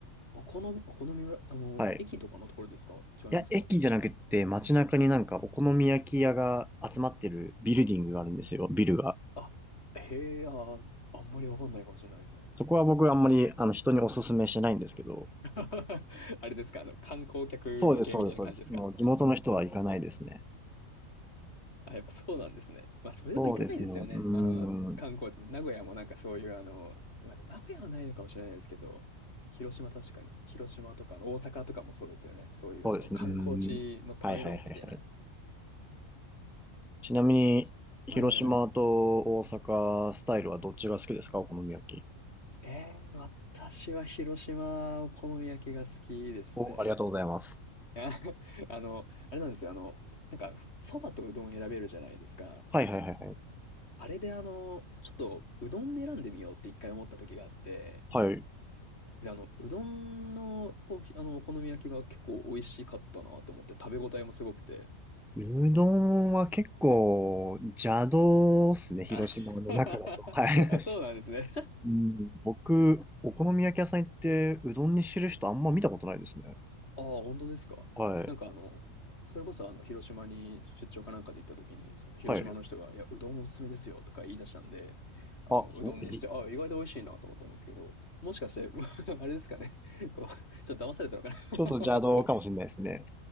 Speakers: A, on the left; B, in the centre.
A: お好み、お好み村、あの、
B: はい。
A: 駅とかのところですか違いますか
B: いや、駅じゃなくて街中になんかお好み焼き屋が集まってるビルディングがあるんですよ。ビルが。
A: あ、へえ、あー、あんまりわかんないかもしれないですね。
B: そこは僕あんまりあの人にお勧めしないんですけど。
A: <laughs> あれですか、あの、観光客向けみたいな感じですか
B: そうです、そうです、そうです。もう地元の人は行かないですね。
A: あ、やっぱそうなんですね。まあ、そういうとこ行かないですよね。
B: そうですね。うーん。
A: あの、観光地も、名古屋もなんかそういう、あの、まあ、名古屋はないのかもしれないですけど、広島確かに、広島とか大阪とかもそうですよね。そういう、
B: そうですね。
A: あの、観光地のための、
B: うーん。はいはいはいはい。
A: みたいな。
B: ちなみに、
A: そっか、広島はいはいはい。
B: 広島と大阪スタイルはどっちが好きですかお好み焼き。
A: えー、私は広島お好み焼きが好きですね。
B: お、ありがとうございます。
A: あ <laughs> あの、あれなんですよ。あの、なんか、ふそばとうどん選べるじゃないですか。
B: はいはいはいはい。
A: あれであの、ちょっとうどんで選んでみようって一回思った時があって、
B: はい。
A: で、あの、うどんの、こう、あの、お好み焼きが結構美味しかったなと思って、食べ応えもすごくて、
B: うどんは結構邪道っすね、広島の中だと。
A: あ、そ <laughs>
B: はい。
A: あ、そうなんですね。
B: <laughs> うん、僕、お好み焼き屋さん行ってうどんにしてる人あんま見たことないですね。
A: ああ、本当ですか。
B: はい。
A: なんかあの、それこそあの、広島に出張かなんかで行った時に、その広島の人が、
B: はい。
A: いや、うどんおすすめですよとか言い出したんで、あの、
B: あ、そう、
A: うどんにして、
B: え、
A: ああ、意外と美味しいなと思ったんですけど、もしかして、<laughs> あれですかね。<laughs> こう、ちょっと騙されたのかな
B: ちょっと邪道かもしれないですね。